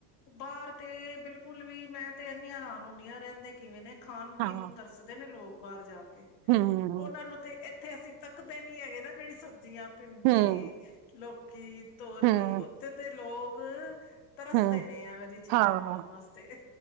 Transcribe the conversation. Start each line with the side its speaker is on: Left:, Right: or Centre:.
Left: ਬਾਹਰ ਤੇ ਬਿਲਕੁਲ ਵੀ ਮੈਂ ਤੇ ਇਨੀ ਹੈਰਾਨ ਹੁੰਨੀ ਆ ਰਹਿੰਦੇ ਕਿਵੇਂ ਨੇ ਖਾਣ ਪੀਣ
Right: ਹਾਂ,
Left: ਨੂੰ ਤਰਸਦੇ ਨੇ ਲੋਕ ਬਾਹਰ ਜਾਰ ਕੇ
Right: ਹੂੰ,
Left: ਉਹਨਾਂ ਨੂੰ ਤੇ ਇੱਥੇ ਅਸੀਂ ਤੱਕਦੇ ਨੀ ਹੈਗੇ ਨਾ ਜਿਹੜੀ ਸਬਜ਼ੀਆਂ ਭਿੰਡੀ
Right: ਹੂੰ,
Left: ਲੋਕ ਕੀ ਤੋਰੀ
Right: ਹੂੰ,
Left: ਉੱਥੇ ਦੇ ਲੋਕ <unintelligible> ਤਰਸਦੇਣੇ
Right: ਹੂੰ,
Left: ਐਵੇ ਦੀਆ ਚੀਜ਼ਾਂ
Right: ਹਾਂ,
Left: ਖਾਣ ਵਾਸਤੇ